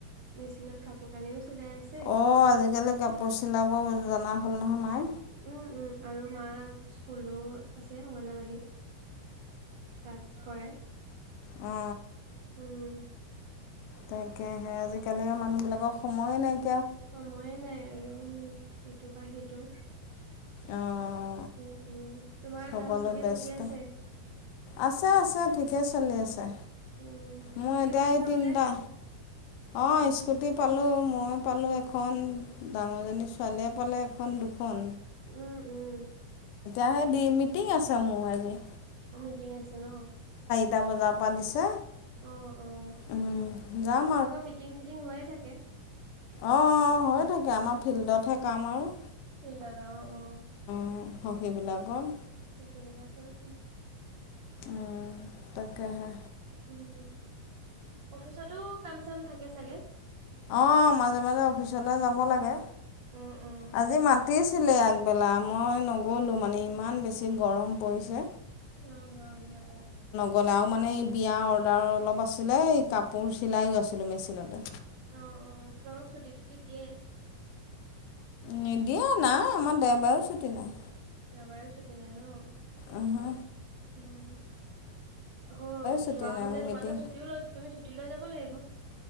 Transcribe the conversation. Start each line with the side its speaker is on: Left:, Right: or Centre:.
Right: মেচিনত কাপোৰ কানিও চিলাই আছে।
Left: অঁ আজিকালি কাপোৰ চিলাব জনা হ'ল নহয় মাই।
Right: উম উম আৰু মা স্কুলো আছে অগনামাদী। তাত কৰে।
Left: অ।
Right: উম।
Left: তাককেহে আজিকালি মানুহ বিলাকৰ সময়ে নাই।
Right: সময়ে নাই আৰু ইটো পা সিটো।
Left: অ।
Right: উম উম। তোমাৰ
Left: সকলো
Right: কাম ঠিকে
Left: ব্যস্ত
Right: চলি আছে
Left: আছে আছে ঠিকে চলি আছে।
Right: উম স্কুটিও
Left: মোৰ এতিয়াই
Right: পাইছা
Left: তিনিটা
Right: বোলে
Left: অ। স্কুটি পালোঁ মই পালোঁ এখন ডাঙৰজনী ছোৱালীয়ে পালে এখন দুখন।
Right: উম। উম
Left: আহ দি মিটিং আছ মোৰ আজি।
Right: মিটিং আছে ন।
Left: এটা বজাপা দিছে।
Right: অ অ তোমালোকৰ
Left: উম যাম
Right: মিটিং চিটিং হৈয়ে থাকে।
Left: অ হৈয়ে থাকে। আমাৰ ফিল্ডতহে কাম আৰু
Right: ফিল্ডত অঁ অঁহ।
Left: উম, সখীবিলাকৰ
Right: সখীবিলাকৰ উম।
Left: উম তাকে হে।
Right: উম, অফিচটো কাম চাম থাকে চাগে?
Left: অ মাজে মাজে অফিচলে যাব লাগে।
Right: উম উম
Left: আজি মাতিছিলে আগবেলা মই নগ'লো মানে ইমান বেছি গৰম পৰিছে।
Right: অহ হয় হয় হয়।
Left: গ'লে আৰু মানে এই বিয়া অৰ্ডাৰ অলপ আছিলে এই কাপোৰ চিলাইয়ো আছিলোঁ মেচিনতে
Right: অ অ তোমালোকক ছুটি তুটি দিয়ে।
Left: নিদিয়ে নাই আমাৰ দেওবাৰেও ছুটি নাই।
Right: দেওবাৰেও ছুটি নাই ন।
Left: উহু।
Right: অহ, আকৌ
Left: ছুটি
Right: যোৱা
Left: নাই
Right: হ'লে
Left: মিটিং
Right: তোমালোকে ছুটিও লৈ তুমি ছুটি লৈ যাব লাগিব।